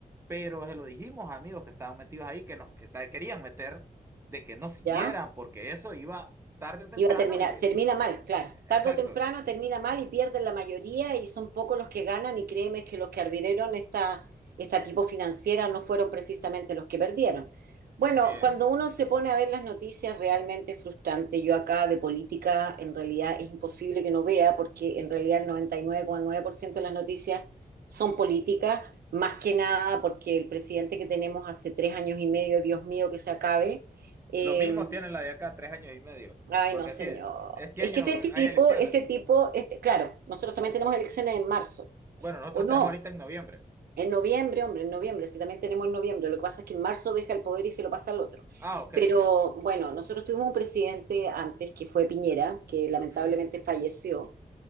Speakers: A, on the right; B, on the right.
A: pero se lo dijimos a amigos que estaban metidos ahí, que nos que ta- querían meter, de que no siguieran,
B: ¿ya?
A: porque eso iba tarde o temprano
B: Iba a terminar,
A: y...
B: termina mal, claro. Tarde
A: Exacto.
B: o temprano termina mal y pierden la mayoría y son pocos los que ganan y créeme que los que arbitraron esta, esta tipo financiera no fueron precisamente los que perdieron. Bueno,
A: Bien.
B: cuando uno se pone a ver las noticias realmente es frustrante. Yo acá de política en realidad es imposible que no vea porque en realidad el noventa y nueve coma nueve por ciento de las noticias son políticas, más que nada porque el presidente que tenemos hace tres años y medio, Dios mío, que se acabe. em,
A: Lo mismo tiene la de acá, tres años y medio,
B: Ay,
A: porque
B: no, señor.
A: así, este
B: Es
A: año
B: que este
A: hay
B: tipo,
A: elecciones.
B: este tipo, este, claro, nosotros también tenemos elecciones en marzo,
A: Bueno, nosotros
B: ¿o no?
A: tenemos ahorita en noviembre.
B: En noviembre, hombre, en noviembre, sí, también tenemos en noviembre. Lo que pasa es que en marzo deja el poder y se lo pasa al otro.
A: Ah, ok,
B: Pero
A: ok.
B: bueno, nosotros tuvimos un presidente antes que fue Piñera, que lamentablemente
A: Ujú.
B: falleció,